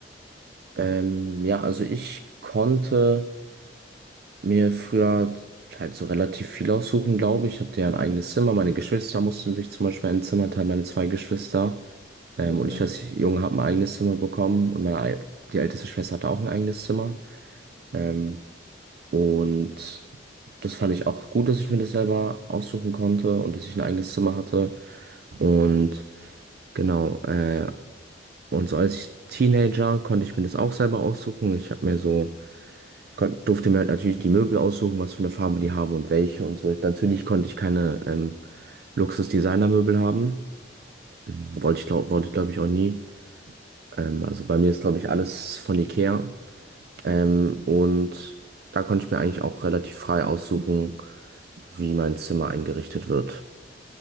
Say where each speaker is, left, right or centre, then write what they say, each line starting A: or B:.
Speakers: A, on the right; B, on the right.
A: Ähm, ja, also ich konnte mir früher halt so relativ viel aussuchen, glaube ich. Ich hatte ja ein eigenes Zimmer. Meine Geschwister mussten sich zum Beispiel ein Zimmer teilen, meine zwei Geschwister. Ähm,
B: Ja, meine
A: und ich
B: Eltern,
A: als Junge habe ein eigenes Zimmer bekommen und meine, ei- die älteste Schwester hatte auch ein eigenes Zimmer. Ähm, Und das fand ich auch gut, dass ich mir das selber aussuchen konnte und dass ich ein eigenes Zimmer hatte. Und genau, äh, und so als ich Teenager konnte ich mir das auch selber aussuchen. Ich habe mir so, kon- durfte mir halt natürlich die Möbel aussuchen, was für eine Farbe die haben und welche und so. Natürlich konnte ich keine ähm, Luxus-Designer-Möbel haben. Wollte ich, glaub, wollte ich glaube ich auch nie. Ähm, also bei mir ist glaube ich alles von Ikea. Ähm, und da konnte ich mir eigentlich auch relativ frei aussuchen, wie mein Zimmer eingerichtet wird.